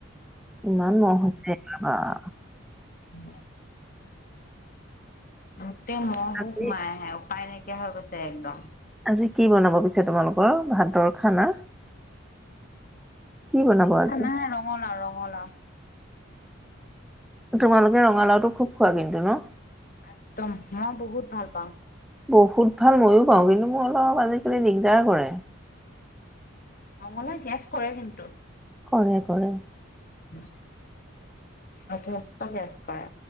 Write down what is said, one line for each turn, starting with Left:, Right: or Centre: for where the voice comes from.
Centre: ইমান মহ আছে, <unintelligible>
Left: উম। উম। তেজু মহবো
Centre: আজি,
Left: সোমাই আহে উপায় নাইক নাইকিয়া হৈ গৈছে একদম।
Centre: আজি কি বনাব পিছে তোমালোকৰ ভাতৰ খানা। কি বনাব আজি?
Left: খানা ৰঙালাও ৰঙালাও।
Centre: তোমালোকে ৰঙালাওটো খুব খোৱা কিন্তু ন।
Left: একদম মই বহুত ভাল পাওঁ।
Centre: বহুত ভাল মইয়ো পাওঁ কিন্তু মোৰ অলপ আজিকালি দিগদাৰ কৰে।
Left: ৰঙালাওয়ে গেছ কৰে কিন্তু।
Centre: কৰে কৰে।
Left: উম। আ মস্ত গেছ কৰে।